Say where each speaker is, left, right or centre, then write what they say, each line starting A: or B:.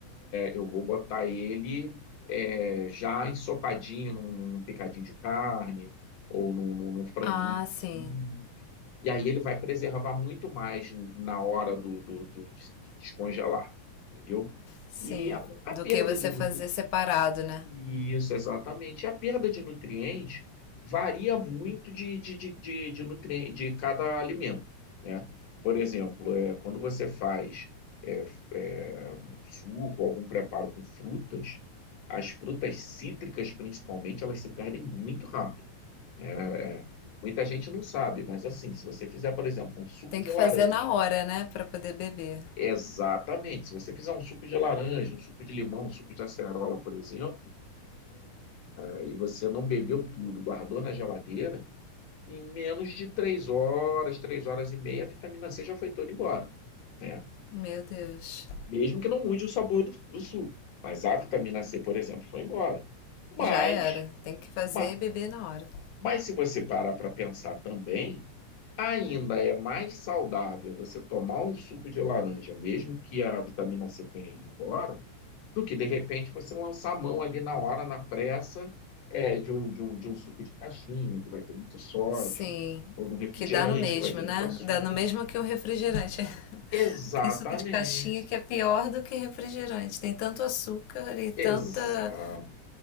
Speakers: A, on the left; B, on the left.
A: eu vou botar ele é, já ensopadinho num, num picadinho de carne ou num, num- num franguinho.
B: Ah, sim,
A: E, aí ele vai preservar muito mais na hora do, do- do- de de descongelar, entendeu?
B: sim.
A: E a, a
B: Do
A: perda
B: que você
A: de, nu-
B: fazer separado, né?
A: isso, exatamente. E a perda de nutrientes varia muito de, de, de, de, de, nutrien- de cada alimento, né? Por exemplo, é, quando você faz é, f- é, um suco, algum preparo com frutas, as frutas cítricas, principalmente, elas se perdem muito rápido. né? Muita gente não sabe, mas assim, se você fizer, por exemplo, um suco
B: Tem
A: de
B: que
A: laranja,
B: fazer na hora, né, Pra poder beber.
A: exatamente, se você fizer um suco de laranja, um suco de limão, um suco de acerola, por exemplo, Aí você não bebeu tudo, guardou na geladeira, em menos de três horas, três horas e meia, a vitamina C já foi toda embora, né?
B: Meu Deus.
A: Mesmo que não mude o sabor do, do suco. Mas a vitamina C, por exemplo, foi embora. Mas,
B: Já era. Tem que fazer
A: ma-
B: e beber na hora.
A: mas se você parar para pensar também, ainda é mais saudável você tomar um suco de laranja, mesmo que a vitamina C tenha ido embora, do que de repente você lançar a mão ali na hora, na pressa, é, de um, de um, de um suco de caixinha, que vai ter muito sódio,
B: Sim.
A: ou num refrigerante,
B: Que dá no mesmo,
A: que vai ter muito
B: né?
A: açúcar.
B: Dá no mesmo que um refrigerante. <laughs>
A: Exatamente.
B: Tem suco de caixinha que é pior do que refrigerante. Tem tanto açúcar e tanta,
A: Exato.